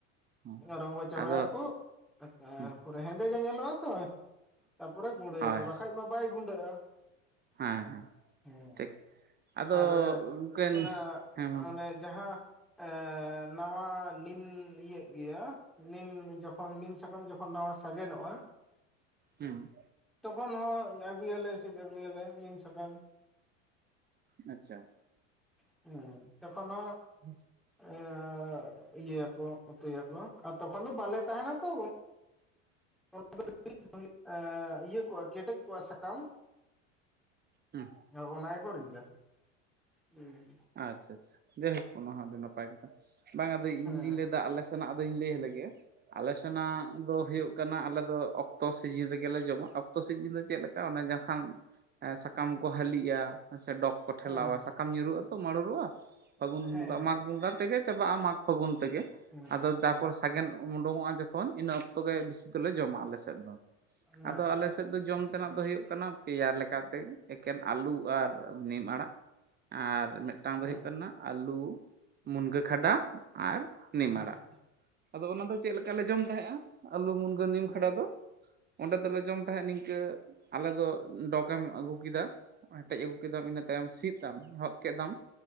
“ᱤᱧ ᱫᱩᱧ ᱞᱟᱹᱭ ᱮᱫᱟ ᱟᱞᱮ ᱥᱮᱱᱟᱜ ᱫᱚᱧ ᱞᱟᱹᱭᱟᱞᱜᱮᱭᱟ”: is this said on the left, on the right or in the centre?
Right